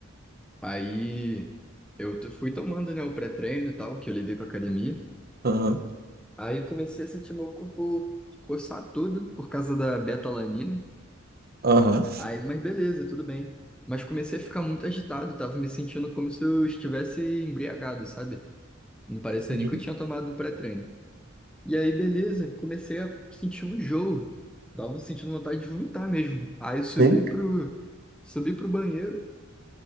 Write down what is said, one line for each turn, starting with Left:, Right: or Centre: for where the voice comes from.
Centre: Aí eu t- fui tomando, né, o pré-treino e tal, que eu levei pra academia.
Right: Aham,
Centre: Aí comecei a sentir meu corpo coçar tudo por causa da beta-alanina.
Right: aham.
Centre: Aí, mas beleza, tudo bem. Mas comecei a ficar muito agitado, tava me sentindo como se eu estivesse embriagado, sabe? Não parecia
Right: Uhum.
Centre: nem que eu tinha tomado pré-treino. E aí, beleza, comecei a sentir um enjoo. Tava sentindo vontade de vomitar mesmo. Aí subi
Right: Sim,
Centre: pro, subi pro banheiro.